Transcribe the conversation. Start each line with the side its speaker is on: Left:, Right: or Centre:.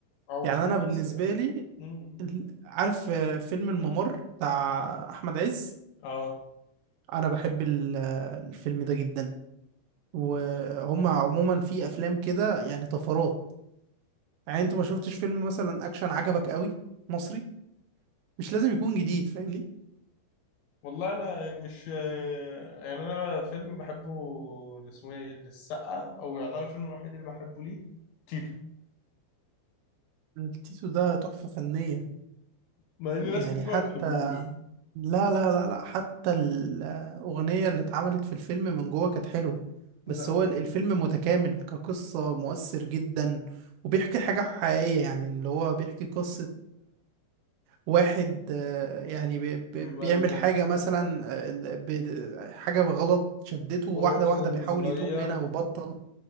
Left: او
Right: يعني
Left: في
Right: انا بالنسبه
Left: بس
Right: لي
Left: امم
Right: ال- عارف آه، فيلم الممر بتاع احمد عز
Left: اه
Right: انا بحب ال- آه، الفيلم ده جدا وهم عموما في افلام كده يعني طفرات يعني انت ما شفتش فيلم مثلا اكشن عجبك قوي مصري مش لازم يكون جديد فاهمني
Left: والله انا مش يعني انا فيلم بحبه اللي اسمه ايه للسقا او يعتبر الفيلم الوحيد اللي بحبه ليه تيتو
Right: التيتو ده تحفه فنيه
Left: مع ان ناس
Right: يعني
Left: كتير
Right: حتى
Left: ما بتحبوش
Right: لا لا لا لا حتى الأغنية اللي اتعملت في الفيلم من جوه كانت حلوة بس
Left: لا
Right: هو ال- الفيلم متكامل كقصة مؤثر جدا وبيحكي حاجة حقيقية يعني اللي هو بيحكي قصة واحد آه، يعني بي- بي-
Left: ملجأ
Right: بيعمل حاجة مثلا آه، ب- حاجة بغلط شدته واحدة
Left: وهو في سن
Right: واحدة بيحاول
Left: صغير
Right: يتوب منها وبطل